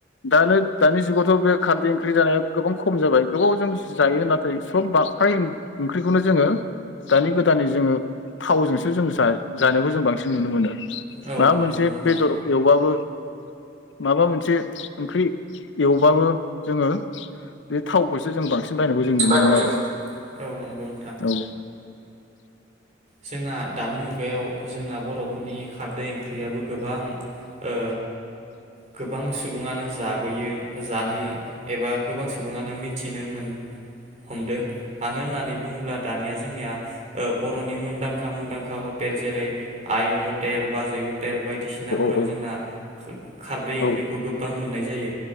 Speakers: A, on the left; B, on the right.
A: दानो दानि जुगावथ बे खारदै ओंख्रै जानाया गोबां खम जाबाय गोबाव जोंसो जायो नाथाय सब <unintelligible> ओंख्रिखौनो जोङो दानि गोदानै जोङो थावजोंसो जों जा जानायखौ जों बांसिन नुनो मोनो
B: औ
A: माबा मोनसे
B: नंगौ नोंथां
A: बेदर एवबाबो माबा मोनसे ओंख्रि एवबाबो जोङो बे थावखौसो जों बांसिन बा जों नुनो
B: बायनायखौ
A: मोनो आरो
B: जों औ नंगौ नोंथां
A: औ <inaudible>
B: जोंना दानि मुगा याव जोंना बरफोरनि खारदै ओंख्रियाबो गोबां ओ गोबां सुबुङानो जाबोयो जानो एबा गोबां सुबुङानो मिथिनो मोन हमदो मानो होननानै बुङोब्ला दानिया जोंनिया औ बरनि मुंदांखा मुंदांखा हटेल जेरै आइ हटेल बाजै हटेल बायदिसिनाफोराव
A: औ
B: जोंना खारदै
A: औ
B: ओंख्रिखौ गोबां मोननाय जायो